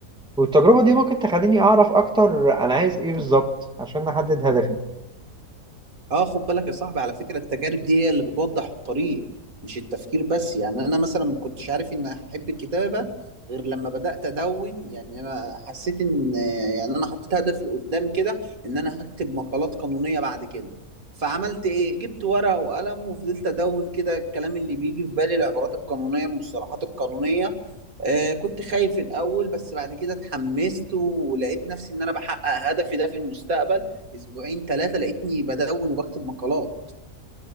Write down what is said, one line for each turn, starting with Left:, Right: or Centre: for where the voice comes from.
Centre: والتجربة دي ممكن تخليني أعرف أكتر أنا عايز إيه بالظبط عشان أحدد هدفي.
Right: اه خد بالك يا صاحبي على فكرة التجارب دي هي اللي بتوضح الطريق مش التفكير بس يعني انا مثلا ما كنتش عارف ان احب الكتابة غير لما بدأت ادون يعني انا حسيت ان يعني انا حطيت هدفي قدام كده ان انا هكتب مقالات قانونية بعد كده فعملت ايه جبت ورقة وقلم وفضلت ادون كده الكلام اللي بيجي في بالي العبارات القانونية المصطلحات القانونية آه كنت خايف الاول بس بعد كده اتحمست ولقيت نفسي ان انا بحقق هدفي ده في المستقبل اسبوعين ثلاثه لقيتني بدون وبكتب مقالات